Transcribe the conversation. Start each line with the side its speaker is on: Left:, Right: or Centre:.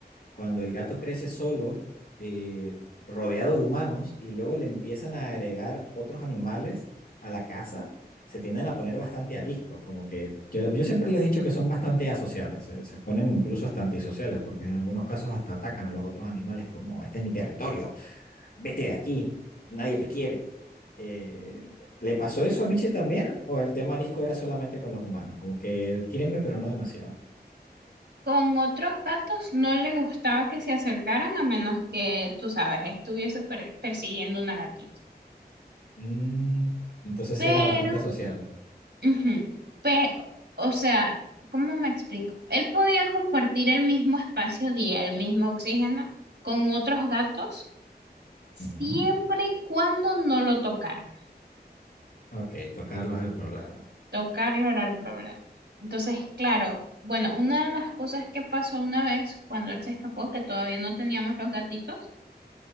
Left: cuando el gato crece solo, eh, rodeado de humanos, y luego le empiezan a agregar otros animales a la casa, se tienden a poner bastante ariscos, como que yo, yo siempre les he dicho que son bastante asociales, se, se ponen incluso hasta antisociales, porque en algunos casos hasta atacan a los otros animales como, este es mi territorio, vete de aquí, nadie te quiere. Eh, ¿le pasó eso a Michi también? ¿O el tema arisco era solamente con los humanos? Como que quiérenme, pero no demasiado.
Right: Con otros gatos no le gustaba que se acercaran a menos que, tú sabes, estuviese per- persiguiendo una gatita.
Left: Mm, entonces
Right: Pero
Left: sí era bastante asocial.
Right: Ujú. Pero, o sea, ¿cómo me explico? Él podía compartir el mismo espacio, diría, el mismo oxígeno con otros gatos siempre
Left: Ujú.
Right: y cuando no lo tocaran.
Left: Ok, tocarlo es el problema.
Right: Tocarlo era el problema. Entonces, claro, bueno, una de las cosas que pasó una vez cuando él se escapó, que todavía no teníamos los gatitos,